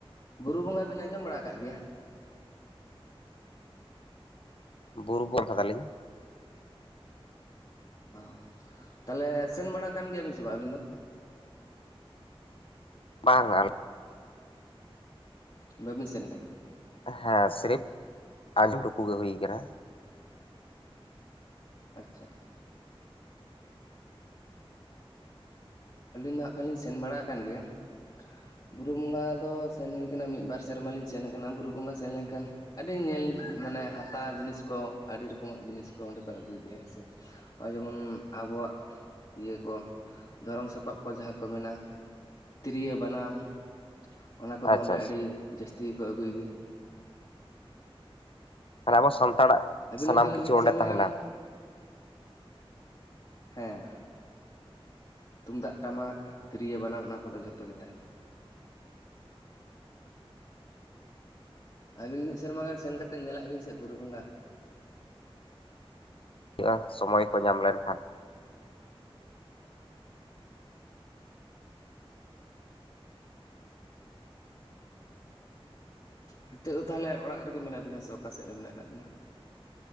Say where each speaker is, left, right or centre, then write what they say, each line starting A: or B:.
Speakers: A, on the left; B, on the left.
A: ᱵᱩᱨᱩ ᱵᱚᱸᱜᱟ ᱵᱤᱱ ᱟᱸᱡᱚᱢ ᱵᱟᱲᱟ ᱟᱠᱟᱫ ᱜᱮᱭᱟ?
B: ᱵᱩᱨᱩ ᱵᱚᱸᱜᱟ ᱫᱟᱞᱤᱧ
A: ᱚ ᱛᱟᱦᱚᱞᱮ ᱥᱮᱱ ᱵᱟᱲᱟ ᱠᱟᱱᱟᱱ ᱜᱮᱭᱟᱵᱤᱱ ᱥᱮ ᱵᱟᱝᱟᱜᱼᱟ ᱟᱹᱵᱤᱱ ᱫᱚ?
B: ᱵᱟᱝ ᱟᱞᱮ
A: ᱵᱟᱹᱵᱤᱱ ᱥᱮᱱ ᱟᱠᱟᱱᱟ?
B: ᱦᱮᱸ ᱥᱤᱨᱯ ᱟᱸᱡᱚᱢ ᱴᱩᱠᱩ ᱜᱮ ᱦᱩᱭ ᱟᱠᱟᱱᱟ᱾
A: ᱟᱪᱪᱷᱟ ᱟᱹᱞᱤᱧ ᱫᱚ ᱦᱟᱸᱜ ᱠᱷᱟᱡᱞᱤᱧ ᱥᱮᱱ ᱵᱟᱲᱟ ᱟᱠᱟᱱ ᱜᱮᱭᱟᱺ ᱵᱩᱨᱩ ᱵᱚᱸᱜᱟ ᱫᱚ ᱥᱮᱱ ᱦᱩᱭ ᱠᱟᱱᱟ ᱢᱤᱫᱼ ᱵᱟᱨ ᱥᱮᱨᱢᱟ ᱞᱤᱧ ᱥᱮᱱ ᱟᱠᱟᱱᱟ᱾ ᱵᱩᱨᱩ ᱵᱚᱸᱜᱟ ᱥᱮᱱ ᱞᱮᱱᱠᱷᱟᱱ ᱟᱹᱰᱤ ᱧᱮᱞ ᱢᱟᱱᱮ ᱦᱟᱛᱟᱣ ᱡᱤᱱᱤᱥ ᱠᱚ ᱟᱹᱰᱤ ᱨᱚᱠᱚᱢᱟᱜ ᱡᱤᱱᱤᱥ ᱠᱚ ᱚᱸᱰᱮ ᱠᱚ ᱟᱹᱜᱩᱭ ᱜᱮᱭᱟ ᱦᱮᱸᱥᱮ᱾ ᱱᱚᱜᱼᱚᱭ ᱡᱮᱢᱚᱱ ᱟᱵᱚᱣᱟᱜ ᱤᱭᱟᱹ ᱠᱚ ᱫᱷᱚᱨᱚᱢ ᱥᱟ ᱯᱟᱯ ᱠᱚ ᱡᱟᱦᱟᱸ ᱠᱚ ᱢᱮᱱᱟ ᱛᱤᱨᱭᱳ ᱵᱟᱱᱟᱢ ᱚᱱᱟ ᱠᱚᱫᱚ
B: ᱟᱪᱪᱷᱟ
A: ᱚᱸᱰᱮ
B: ᱟᱪᱪᱷᱟ
A: ᱟᱹᱰᱤ ᱡᱟᱹᱥ ᱛᱤ ᱠᱚ ᱟᱹᱜᱩᱭ ᱜᱮᱭᱟ᱾
B: ᱟᱨ ᱟᱵᱚ ᱥᱟᱱᱛᱟᱲᱟᱜ
A: ᱟᱹᱵᱤᱱ
B: ᱥᱟᱱᱟᱢ
A: ᱫᱚ ᱛᱟᱦᱚᱞᱮ
B: ᱠᱤᱪᱷᱩ
A: ᱢᱤᱫ ᱥᱮᱨᱢᱟ
B: ᱚᱸᱰᱮ ᱛᱟᱦᱮᱱᱟ᱾
A: ᱜᱟᱱ ᱦᱮᱸ ᱛᱩᱢᱫᱟᱜ ᱴᱟᱢᱟᱠ ᱛᱤᱨᱭᱳ ᱵᱟᱱᱟᱢ ᱚᱱᱟ ᱠᱚᱫᱚ ᱡᱚᱛᱚ ᱜᱮ ᱛᱟᱦᱮᱱᱟ᱾ ᱟᱹᱵᱤᱱ ᱢᱤᱫ ᱥᱮᱨᱢᱟ ᱜᱟᱱ ᱥᱮᱱ ᱠᱟᱛᱮᱫ ᱧᱮᱞᱟᱜ ᱵᱤᱱ ᱥᱮᱮᱫ ᱵᱩᱨᱩ ᱵᱚᱸᱜᱟ᱾
B: ᱦᱩᱭᱩᱜᱼᱟ ᱥᱚᱢᱚᱭ ᱠᱚ ᱧᱟᱢ ᱞᱮᱱᱠᱷᱟᱱ᱾
A: ᱱᱤᱛᱳ ᱫᱚ ᱛᱟᱦᱚᱞᱮ ᱚᱲᱟᱜ ᱨᱮᱜᱮ ᱢᱮᱱᱟᱜ ᱵᱤᱱᱟ ᱥᱮ ᱚᱠᱟ ᱥᱮᱫ ᱨᱮ ᱢᱮᱱᱟᱜ ᱟᱠᱟᱫ ᱵᱤᱱᱟ?